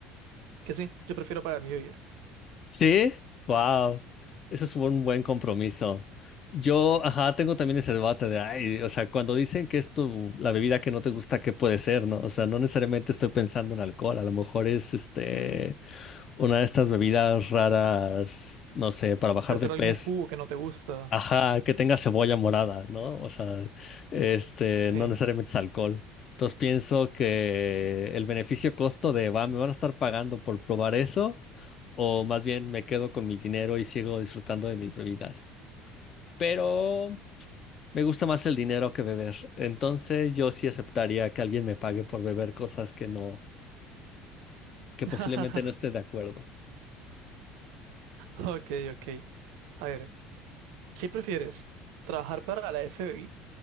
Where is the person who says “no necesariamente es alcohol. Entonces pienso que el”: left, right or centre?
Left